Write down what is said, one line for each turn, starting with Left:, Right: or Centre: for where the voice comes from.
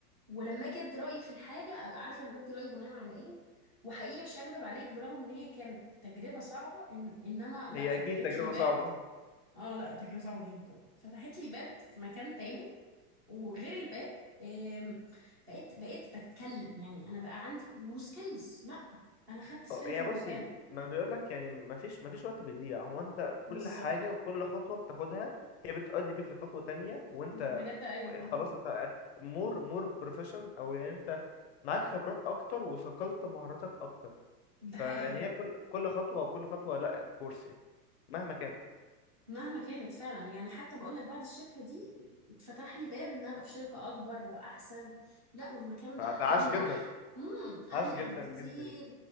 Right: ولما اجي ادي رايي في الحاجه ابقى عارفه انا بدي رايي بناء على ايه وحقيقي مش هكدب عليك برغم ان هي كانت تجربه صعبه إن انما لا
Left: هي
Right: فتحت
Left: اكيد تجربة
Right: لي باب
Left: صعبة
Right: اه لا تجربه صعبه جدا فتحت لي باب في مكان تاني وغير الباب آم، بقيت بقيت بتكلم يعني انا بقى عندي وسكيلز لا انا خدت سكيلز
Left: اه يعني
Right: من
Left: بص
Right: مكان
Left: ما بيقولك يعني ما فيش ما فيش وقت بيضيع هو انت كل
Right: بالظبط
Left: حاجة وكل خطوة بتاخدها هي بتؤدي بيك لخطوة تانية وانت
Right: دي بجد ايوه اه
Left: خلاص انت مور مور بروفيشن او يعني انت معاك خبرات اكتر وثقلت مهاراتك اكتر
Right: ده
Left: فيعني
Right: حقيقي
Left: هي كل كل خطوة وكل خطوة لا كورس يعني مهما كان
Right: مهما كانت فعلا يعني حتى بقول لك بعد الشركة دي اتفتح لي باب ان ابقى في شركة اكبر واحسن لا والمكان بقى
Left: فده عاش
Right: اريح
Left: جدا
Right: امم اريح
Left: عاش جدا
Right: بكتير
Left: جدا يعني.